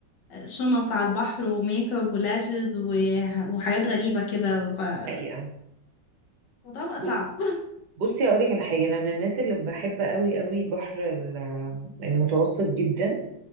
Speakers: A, on the left; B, on the right.
A: شنط على البحر وميك اب ولاشز وح- وحاجات غريبه كده فالموضوع
B: حقيقة
A: بقى
B: ب-
A: صعب
B: بصي هقولك على حاجة انا من الناس اللي بحب قوي قوي البحر ال- المتوسط جدا